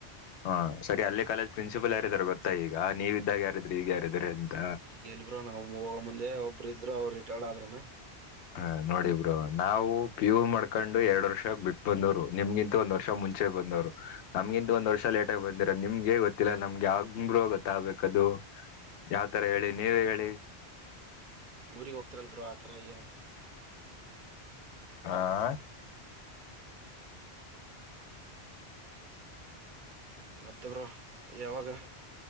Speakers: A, on the left; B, on the right.
A: ಹಾ ಸರಿ ಅಲ್ಲೇ ಕಾಲೇಜ್ ಪ್ರಿನ್ಸಿಪಲ್ ಯಾರೆಂದರೆ ಗೊತ್ತ ಈಗ ನೀವ್ದಾಗ ಯಾರಿದ್ರಿ ಈಗ ಯಾರಿದ್ರಿ ಅಂತ
B: ಈಗ ಎಲ್ಬೋ ನಾವ್ ಹೋಗ <unintelligible> ಮುಂದೆ ಒಬ್ಬರು ಇದ್ರು ಅವ್ರು ರಿಟೈರ್ಡ್ ಆದ್ರನ ಹ
A: ಹ ನೋಡಿಬ್ರೋ ನಾವು ಪಿ ಯು ಮಾಡ್ಕೊಂಡು ಎರಡ್ ವರ್ಷ ಬಿಟ್ಟ ಬಂದವ್ರು ನಿಮ್ಗಿಂತ ಒಂದ್ ವರ್ಷ ಮುಂಚೆ ಬಂದವ್ರು ನಮ್ಗಿಂತ ಒಂದ್ ವರ್ಷ ಲೇಟ್ಗಿ ಬಂದಿರ ನಿಮ್ಗೆ ಗೊತ್ತಿಲ್ಲ ನಮ್ಗೆ ಬ್ರೋ ಗೊತ್ತಾಗಬೇಕದು ಯಾವ್ತರ ಹೇಳಿ ನೀವೇ ಹೇಳಿ
B: ಊರಿಗೆ ಹೋಗ್ತಿರಲ್ ಬ್ರೋ ಆತರ ಏನು
A: ಆಾ ಹಃ
B: ಮತ್ತೊಬ್ರು ಯಾವಾಗ